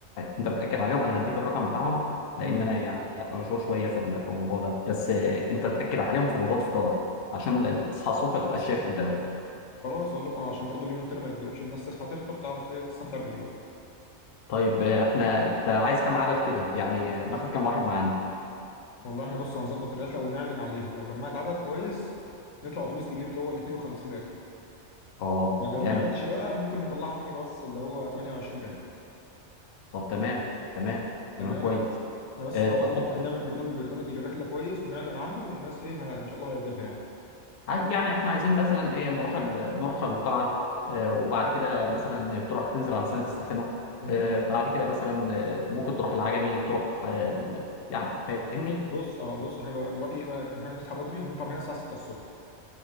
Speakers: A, on the left; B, on the left.
A: انت بتاكد عليهم انا هديك الرقم بتاعهم لان
B: امم
A: انا يعني هبقى مشغول شويه في ال- في الموضوع ده بس آه، انت تاكد عليهم في موضوع الفطار عشان انت بتصحى الصبح ما تبقاش شايف قدامك
B: خلاص اقول لهم اه عشان برضو اليوم التاني ما يتضربش الناس تصحى تفطر تعرف ايه تستمتع باليوم
A: طيب آه، احنا انت عايز كام عدد كده يعني آه، ناخد كام واحد معانا
B: والله احنا بص هنظبط الرحلة ونعلن عليها لو جمعت عدد كويس نطلع اتوبيس كبير اللي هو ال 52 راكب
A: اه
B: ما جمعتش
A: جامد
B: بقى ممكن نطلعها ميني باص اللي هو 28 راكب
A: طب تمام تمام تمام
B: تمام
A: كويس
B: احنا بس
A: آه،
B: عمال
A: تحط
B: نعمل برنامج برنامج للرحلة كويس ونعلن عنه والناس ايه ه- ان شاء الله هيعجبها يعني
A: ع- يعني احنا عايزين مثلا ايه نروح ال... نروح القلعه آه، وبعد كده مثلا تروح تنزل على سان ستيفانو
B: امم
A: آه، بعد كده مثلا آه، ممكن تروح العجمي تروح آه، ال- يعني فاهمني
B: بص اه بص احنا بقى- رأيي بقى إن احنا نصحى بدري نطلع من هنا الساعة 6 الصبح